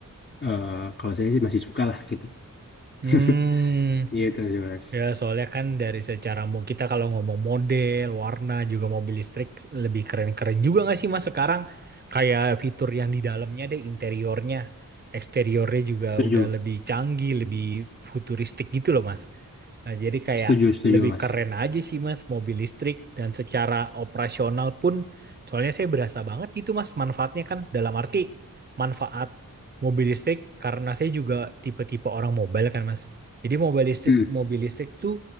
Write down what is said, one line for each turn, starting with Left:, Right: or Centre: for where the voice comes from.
Left: eh, kalau saya sih masih suka lah gitu
Right: Hmm.
Left: <laughs> gitu sih mas
Right: Ya, soalnya kan dari secara mau kita kalau ngomong model, warna, juga mobil listrik lebih keren-keren juga nggak sih Mas sekarang? Kayak fitur yang di dalamnya deh, interiornya, eksteriornya juga
Left: setuju
Right: udah lebih canggih, lebih futuristik gitu loh Mas. Nah, jadi kayak
Left: setuju setuju
Right: lebih
Left: mas
Right: keren aja sih Mas mobil listrik dan secara operasional pun soalnya saya berasa banget gitu Mas manfaatnya kan dalam arti manfaat mobil listrik karena saya juga tipe-tipe orang mobile kan Mas. Jadi mobil listrik
Left: Hmm.
Right: mobil listrik tuh